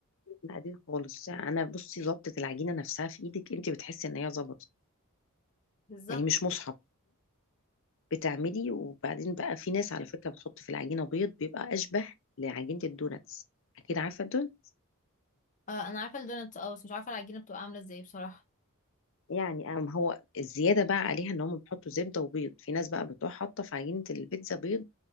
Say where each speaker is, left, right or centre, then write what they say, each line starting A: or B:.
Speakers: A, on the left (about 65°); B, on the left (about 35°).
A: بعدين خالص انا بصي ظبطة العجينة نفسها في ايدك انت بتحسي ان هي ظبطت
B: بالظبط
A: يعني مش مصحف بتعملي وبعدين بقى في ناس على فكرة بتحط في العجينة بيض بيبقى اشبه لعجينة الدوناتس اكيد عارفة الدون
B: اه انا عارفه الدونات اه بس مش عارفه العجينه بتبقى عامله ازاي بصراحه
A: يعني أم هو الزيادة بقى عليها ان هم بيحطوا زبدة وبيض في ناس بقى بتروح حاطة في عجينة البيتزا بيض